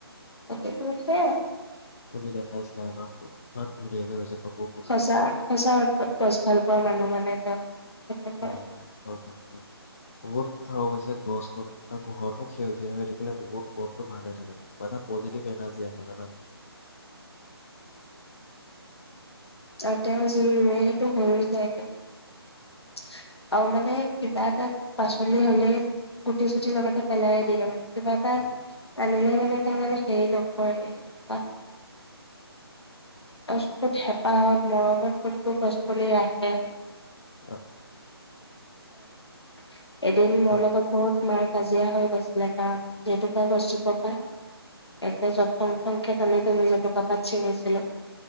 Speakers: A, on the left (about 75°); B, on the left (about 35°).
A: সেইটো সেয়া
B: তুমি দেখাইছিলা এবাৰ ফুল ইমান ধুনীয়াকে হৈছে কপৌ ফুল
A: সঁচা সঁচা অৰ্থত গছ। ভাল পোৱা মানুহ মানে যওঁ। ত হয়।
B: হয় বহুত। আৰু অৱশ্যে গছ গ আৰু গোহৰৰতো সেউজীয়া হৈ থাকে। থাকিলে বহুত মনত ভাল থাকে এটা পজিটিভ এনাৰ্জি আহে জানা।
A: আৰু তেওঁ যি ৰুৱে সেইটো হৈ যায় গে। <unintelligible> আৰু মানে কিবা এটা পাচলি হলে গুটি চুটি লগতে পেলাই দিয়ে মানে। কিবা এটা
B: অ
A: আনিছে। মানে তাৰ মানে হে নকৰে সনেকুৱা <unintelligible> গছপুত হেঁপাহত মৰমত কোনটো গছ পুলি ৰাখে।
B: আহ,
A: উ <unintelligible> এদিন মোৰ
B: আৰু
A: লগত বহুত মাক কাজিয়া হৈ গৈছিলে কাৰণ জেতুকা গছোপপাই এ যথং থং খে <unintelligible> মি তমি জেতুকাাপাত ছিঙিছিলো।